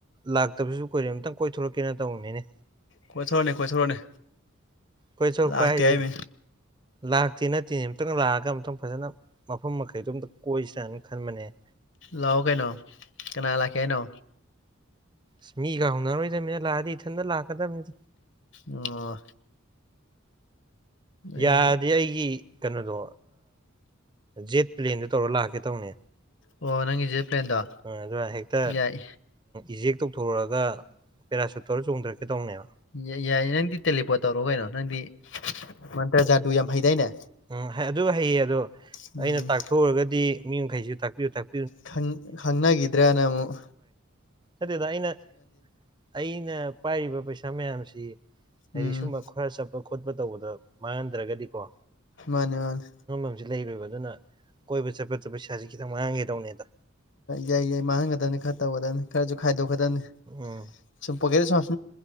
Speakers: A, on the right; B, on the left.
A: ꯂꯥꯛꯇꯕꯁꯨ ꯀꯨꯏꯔꯦ ꯑꯃꯇꯥꯪ ꯀꯣꯏ ꯊꯣꯛꯂꯛꯀꯦꯅ ꯇꯧꯅꯤꯅꯦ
B: ꯀꯣꯏꯊꯣꯔꯅꯦ ꯀꯣꯏꯊꯣꯔꯅꯦ
A: ꯀꯣꯏ ꯊꯣꯂꯛꯄ
B: ꯂꯥꯛꯇꯦ
A: ꯍꯥꯏꯁꯦ
B: ꯍꯥꯏꯃꯤ
A: ꯂꯥꯛꯇꯦ ꯅꯠꯇꯦꯅꯦ ꯑꯝꯛꯇꯪ ꯂꯥꯛꯑꯒ ꯑꯃꯇꯪ ꯐꯖꯅ ꯃꯐꯝ ꯃꯈꯩꯗꯣ ꯑꯝꯇ ꯀꯣꯏꯁ꯭ꯔꯥ ꯍꯥꯏꯅ ꯈꯟꯕꯅꯦ
B: ꯂꯑꯣ ꯀꯩꯅꯣ ꯀꯅꯥ ꯂꯥꯛꯀꯦ ꯍꯥꯏꯩꯅꯣ
A: ꯁꯃꯤꯜ ꯒꯥꯎꯅꯔꯣꯏꯗꯕꯅꯤꯅ ꯂꯥꯛꯑꯗꯤ ꯏꯊꯟꯗ ꯂꯥꯛ ꯀꯗ ꯃꯤ
B: ꯑꯣ ꯑꯩ
A: ꯌꯥꯗꯦ ꯑꯩꯒꯤ ꯀꯩꯅꯣꯗꯣ ꯖꯦꯠ ꯄꯂ꯭ꯦꯟ ꯗꯨ ꯇꯧꯔ ꯂꯥꯛꯀꯦ ꯇꯧꯅꯦ
B: ꯑꯣ ꯅꯪꯒꯤꯁꯦ ꯄ꯭ꯂꯦꯟꯗꯣ
A: ꯑꯗꯨꯅ ꯍꯦꯛꯇ
B: ꯌꯥꯏ
A: ꯏꯖꯦꯛ ꯇꯧꯊꯣꯔꯛꯑꯒ ꯄꯦꯔꯥꯁꯨꯨꯠꯇꯧꯔꯥ ꯆꯣꯡꯊꯔꯛꯀꯦ ꯇꯧꯅꯦꯕ
B: ꯌꯥꯏꯌꯦ ꯅꯪꯗꯤ ꯇꯦꯂꯤꯄꯣꯔꯠ꯭ ꯇꯧꯔꯣ ꯀꯩꯅꯣ ꯅꯪꯗꯤ ꯃꯟꯇ꯭ꯔ ꯖꯥꯗꯨ ꯌꯥꯝ ꯐꯩꯗꯥꯅꯦ
A: ꯎꯝ ꯑꯗꯨ ꯍꯩꯌꯦ ꯑꯗꯣ
B: ꯎꯝ
A: ꯑꯩꯅ ꯇꯥꯛꯊꯣꯛꯎꯔꯒꯗꯤ ꯃꯤ ꯃꯈꯩꯁꯨ ꯇꯥꯛꯄꯤꯌꯨ ꯇꯥꯛꯄꯤꯌꯨ
B: ꯈꯪ ꯈꯡꯅꯒꯤꯗ꯭ꯔꯥ ꯅ ꯃꯨꯛ
A: ꯅꯠꯇ‌ꯦꯗ ꯑꯩꯅ ꯑꯩ ꯑꯩꯅ ꯄꯥꯏꯔꯤꯕ ꯄꯩꯁꯥ ꯃꯌꯥꯝꯁꯤ
B: ꯎꯝ
A: ꯍꯥꯏꯗꯤ ꯁꯨꯝꯕ ꯈꯔ ꯆꯞ ꯈꯣꯠꯄ ꯇꯧꯕꯗ ꯃꯥꯡꯍꯟꯗ꯭ꯔꯒꯗꯤꯀꯣ
B: ꯃꯥꯅꯦ ꯃꯥꯅꯦ
A: ꯍꯧꯖꯤꯛ ꯂꯩꯔꯣꯏꯕ ꯑꯗꯨꯅ ꯀꯣꯏꯕ ꯆꯠꯄ ꯆꯠꯄꯁꯤ <unintelligible> ꯈꯤꯇ ꯉꯥꯡꯒꯦ ꯗꯧꯅꯦꯗ
B: ꯌꯥꯏ ꯌꯥꯏ ꯃꯥꯡꯍꯟꯒꯗꯅꯤ ꯈꯔ ꯇꯧꯒꯗꯅꯤ ꯈꯔꯁꯨ ꯈꯥꯏꯗꯣꯛ
A: ꯎꯝ
B: <unintelligible>